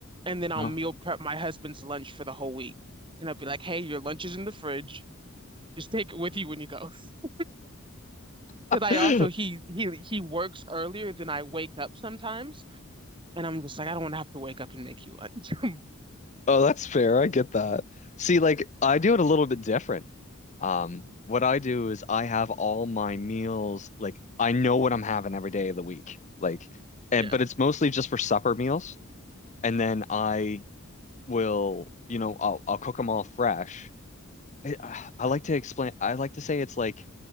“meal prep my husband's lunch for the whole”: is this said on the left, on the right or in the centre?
Right